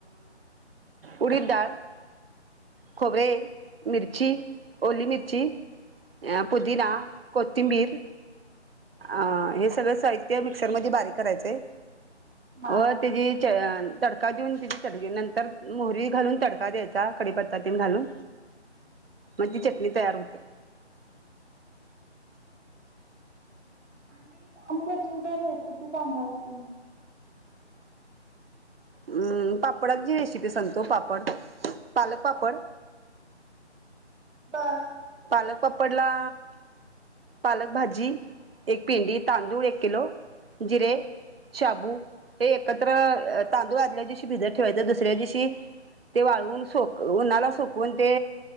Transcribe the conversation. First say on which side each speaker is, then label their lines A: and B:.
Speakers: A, on the right (about 55°); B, on the right (about 75°).
A: उडीद डाळ. खोबरे, मिरची, ओली मिरची, पुदिना, कोथिंबीर. अ हे सगळं साहित्य मिक्सर मध्ये बारीक करायचंय.
B: हा
A: व तिजी तडका देऊन तिची चड नंतर. तर मोहरी घालून तडका द्यायचा कडीपत्ता ते घालून मग ती चटणी तयार होत्या.
B: आणि आणि कसली तर रेसिपी सांगा की.
A: हम् पापडाची रेसिपी सांगतो पापड पालक पापड.
B: बर
A: पालक पापडला. पालक भाजी. एक पेडी तांदूळ एक किलो जिरे शाबू हे एकत्र तांदूळ आदल्या दिवशी भिजत ठेवायचं. दुसऱ्या दिवशी ते वाळवून सोक उन्हाला सोकवून ते